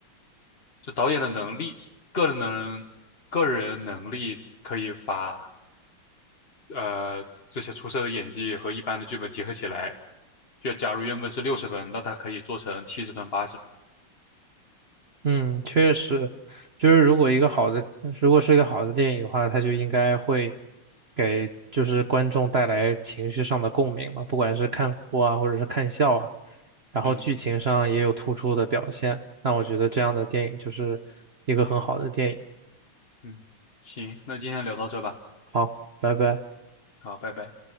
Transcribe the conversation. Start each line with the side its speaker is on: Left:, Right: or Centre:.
Left: 就导演的能力，个人能个人能力可以把呃这些出色的演技和一般的剧本结合起来。就假如原本是六十分，那他可以做成七十分、八十分。
Right: 嗯，确实，就是如果一个好的，如果是一个好的电影的话，它就应该会给就是观众带来情绪上的共鸣吧，不管是看哭啊，或者是看笑啊，然后剧情上也有突出的表现，
Left: 嗯
Right: 那我觉得这样的电影就是一个很好的电影。
Left: 嗯，行，那今天聊到这吧，
Right: 好，拜拜。
Left: 好，拜拜。